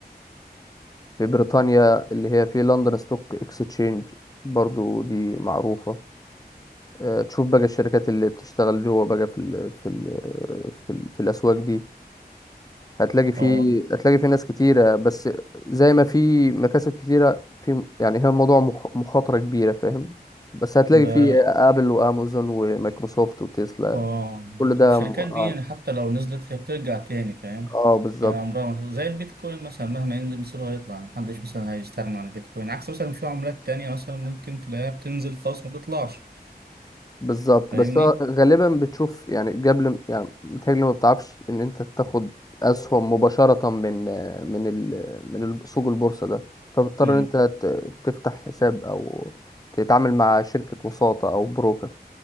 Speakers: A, on the left; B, on the right.
A: في بريطانيا اللي هي في لندن ستوك اكستشينج برضو دي معروفة آه، تشوف بقى الشركات اللي بتشتغل جوه بقى في ال في ال في, ال في الأسواق دي هتلاقي في
B: اه
A: هتلاقي في ناس كتيرة بس زي ما في مكاسب كتيرة في يعني هي موضوع مخ- مخاطرة كبيرة فاهم بس هتلاقي
B: ده
A: في آبل وأمازون ومايكروسوفت وتسلا
B: اه
A: كل ده
B: الشركات
A: م- اه,
B: دي يعني حتى لو نزلت هي بترجع تاني فاهم
A: آه بالظبط
B: يعني عمرها ما- زي البيتكوين مثلا مهما ينزل مصيره هيطلع محدش مثلا هيستغنى عن البيتكوين عكس مثلا في عملات تانية مثلا ممكن تلاقيها بتنزل خالص ما بتطلعش
A: بالظبط
B: فاهمني؟
A: بس هو غالبا بتشوف يعني قبل يعني بتهيألي ما بتعرفش ان انت تاخد اسهم مباشرة من من ال من ال- سوق البورصة ده فبتضطر
B: امم
A: ان انت ت- تفتح حساب او تتعامل مع شركة وساطة او بروكر